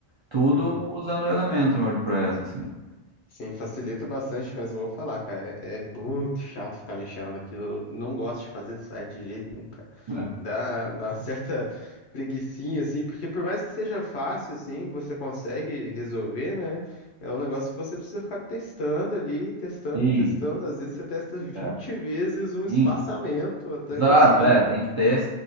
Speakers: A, on the right; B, on the left.
A: Tudo
B: uhum.
A: usando o Elemento no WordPress, assim.
B: Sim, facilita bastante, mas eu vou falar, cara, é, é muito chato ficar mexendo naquilo. Eu não gosto de fazer site de jeito nenhum,
A: É.
B: Dá, dá uma certa preguicinha, assim, porque por mais que seja fácil, assim, você consegue resolver, né? É um negócio que você precisa ficar testando ali, testando
A: Sim,
B: e testando. Às vezes você testa vinte
A: é,
B: vezes um espaçamento
A: sim.
B: até
A: Exato,
B: conseguir.
A: é, tem que ter